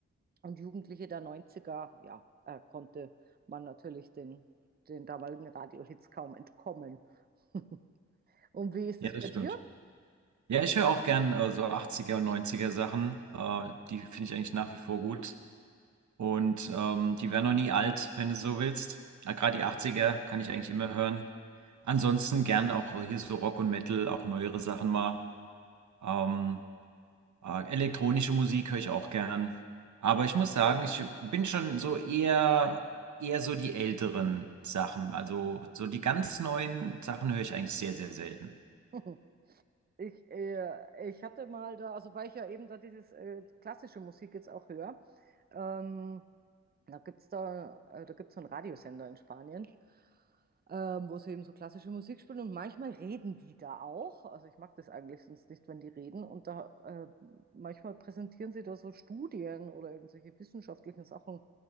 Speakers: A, on the right; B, on the right.
A: und Jugendliche der neunziger ja, äh, konnte man natürlich den, den damaligen Radiohits kaum entkommen. <laughs> Und wie ist
B: Ja,
A: es
B: das
A: bei dir?
B: stimmt. Ja, ich höre auch gern äh, so 80er und 90er Sachen. Äh, die finde ich eigentlich nach wie vor gut. Und ähm, die werden noch nie alt, wenn du so willst. Äh, gerade die 80er kann ich eigentlich immer hören. Ansonsten gern auch hier so Rock und Metal, auch neuere Sachen mal. Ähm, Ah, Elektronische Musik höre ich auch gern. Aber ich muss sagen, ich bin schon so eher, eher so die älteren Sachen. Also so die ganz neuen Sachen höre ich eigentlich sehr, sehr selten.
A: <laughs> Ich, äh, ich hatte mal da, also weil ich ja eben da dieses äh, klassische Musik jetzt auch höre, ähm, Da gibt's da, äh, da gibt's so einen Radiosender in Spanien, ähm, wo sie eben so klassische Musik spielen und manchmal reden die da auch. Also ich mag das eigentlich sonst nicht, wenn die reden. Und da äh, manchmal präsentieren sie da so Studien oder irgendwelche wissenschaftlichen Sachen